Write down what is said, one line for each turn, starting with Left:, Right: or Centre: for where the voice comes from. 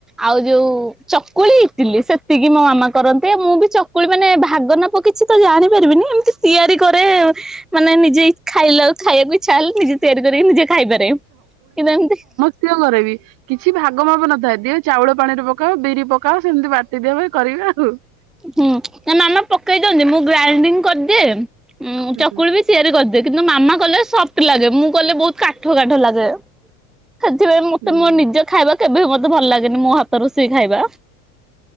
Centre: ଆଉ ଯୋଉ ଚକୁଳି, ଇଟିଲି ସେତିକି ମୋ ମାମା କରନ୍ତି, ମୁଁ ବି ଚକୁଳି ମାନେ ଭାଗନାପ କିଛି ତ ଜାଣିପାରିବିନି ଏମତି ତିଆରି କରେ ମାନେ ନିଜେ ଖାଇଲା ବେଳକୁ ଖାଇଆକୁ ଇଚ୍ଛା ହେଲେ ନିଜେ ତିଆରି କରିକି ନିଜେ ଖାଇପାରେ କିନ୍ତୁ ଏମତି
Right: ନିଜ ଘରେ ବି। କିଛି ଭାଗ ମାପ ନଥାଏ ଦିଏ ଚାଉଳ ପାଣିରେ ପକାଅ, ବିରି ପକାଅ, ସେମତି ବାଟି ଦେବେ କରିବେ ଆଉ।
Centre: ହୁଁ ନା ମାମା ପକେଇ ଦିଅନ୍ତି ମୁଁ ଗ୍ରାଇଡିଙ୍ଗ କରିଦିଏ,
Right: ହୁଁ
Centre: ଚକୁଳି ବି ସିଏ ବି କରିଦି ଦେ କିନ୍ତୁ ମାମା କଲେ ସଫ୍ଟ ଲାଗେ ମୁଁ କଲେ ବହୁତ କାଠୁଆ କାଠୁଆ ଲାଗେ। ସେଥିପାଇଁ ମତେ
Right: ହୁଁ
Centre: ମୋ ନିଜେ ଖାଇବା କେବେ ବି ମତେ ଭଲ ଲାଗେନି ମୋ ହାତ ରୋଷେଇ ଖାଇବା।